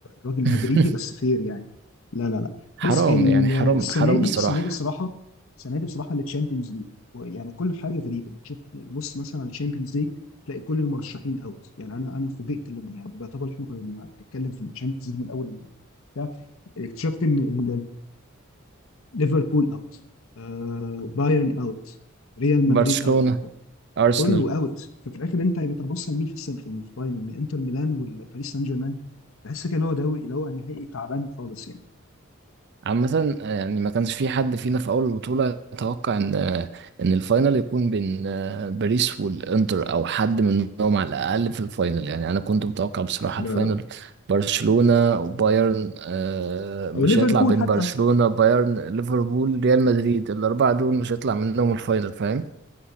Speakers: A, on the left (about 70°); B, on the right (about 55°).
A: راجل
B: <laughs>
A: مدريدي بس فير يعني لا لا لا
B: حرام
A: بص ال-
B: يعني حرام
A: السنه
B: حرام
A: دي
B: بصراحة
A: السنه دي الصراحه السنه دي بصراحه التشامبيونز ليج يعني كل حاجه غريبه يعني شوف بص مثلا على الشامبيونز ليج تلاقي كل المرشحين اوت يعني انا انا فوجئت لما يعني بيعتبر احنا كنا بنتكلم في الشامبيونز ليج من اول يعني اكتشفت ان ليفربول اوت آه بايرن اوت ريال
B: برشلونة
A: مدريد اوت
B: أرسنال
A: كله اوت ففي الاخر انت يعني بتبص لمين في السبب في الفاينل من انتر ميلان والباريس سان جيرمان تحس كده اللي هو دوري اللي هو نهائي تعبان خالص يعني
B: عامة يعني ما كانش في حد فينا في أول البطولة يتوقع إن إن الفاينل يكون بين آه، باريس والإنتر أو حد منهم على الأقل في الفاينل يعني أنا كنت متوقع بصراحة
A: لا
B: الفاينل
A: لا
B: برشلونة وبايرن آه، مش
A: او ليفربول
B: هيطلع بين
A: حتى
B: برشلونة بايرن ليفربول ريال مدريد الأربعة دول مش هيطلع منهم الفاينل فاهم